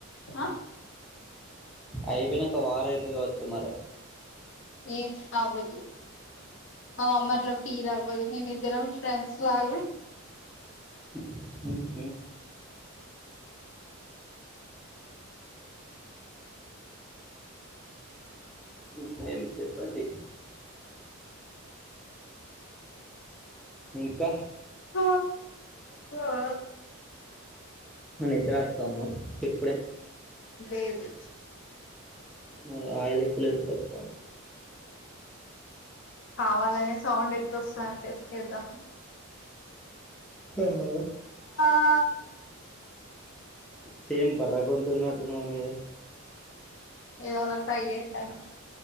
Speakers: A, on the left (about 60°); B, in the centre.
A: ఆ
B: అయిపోయినంక వార్ అయితది కావచ్చు మరే
A: ఎం అవ్వదు మా మామ్మి అట్ల ఫీల్ అవ్వదు మేనిద్దరం ఫ్రెండ్స్ లాగు
B: మ్ హు ఇంకా ఏం చెప్పండి ఇంకా
A: హ ఆ
B: నిద్ర అతుంద ఇప్పుడే
A: లేదు
B: మరి ఆయలింపులు ఎందుకతానై
A: కావాలనే సౌండ్ ఎట్లా వస్తుందని టేస్ట్ చేద్దాం
B: ఆహా
A: ఆ
B: సేమ్ బర్రె గొంతున్నట్టు ఉన్నది నీది
A: ఇవళ ట్రై చేస్తాను